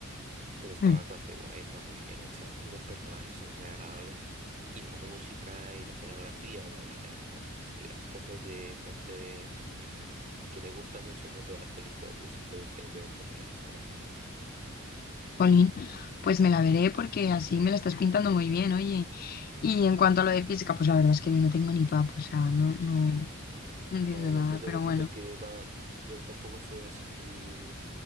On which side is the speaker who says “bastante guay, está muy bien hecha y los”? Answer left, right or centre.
Right